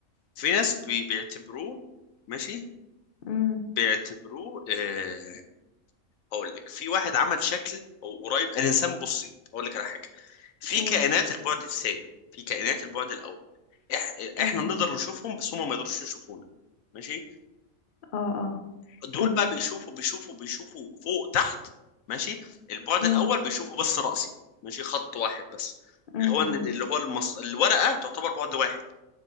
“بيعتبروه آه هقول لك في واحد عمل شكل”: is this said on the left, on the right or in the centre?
Left